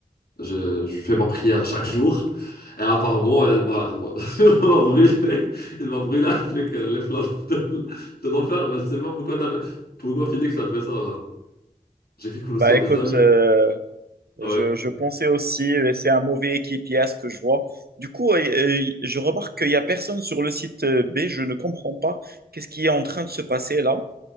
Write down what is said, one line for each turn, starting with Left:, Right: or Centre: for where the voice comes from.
Left: je, je fais ma prière chaque jour, et apparemment elle m'a elle m'a- <laughs> elle m'a brûlé, elle m'a brûlé avec euh, les flammes de, de l'enfer, mais je sais pas pourquoi t'as fait, pourquoi Phoenix a fait ça. hein. J'ai cru que nous
Right: Bah
Left: sommes
Right: écoute,
Left: des amis.
Right: euh,
Left: hein.
Right: je,
Left: Ouais.
Right: je pensais aussi, euh, c'est un mauvais équipier à ce que je vois. Du coup, euh, euh, je remarque qu'il n'y a personne sur le site euh, B, je ne comprends pas qu'est-ce qui est en train de se passer là.